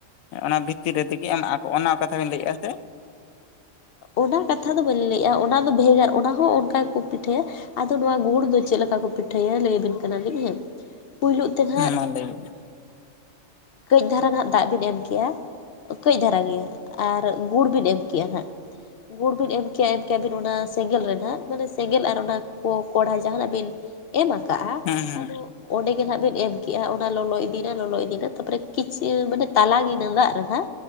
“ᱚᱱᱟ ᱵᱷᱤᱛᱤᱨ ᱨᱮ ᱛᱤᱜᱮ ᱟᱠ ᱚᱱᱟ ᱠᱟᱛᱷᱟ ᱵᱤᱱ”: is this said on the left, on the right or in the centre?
Left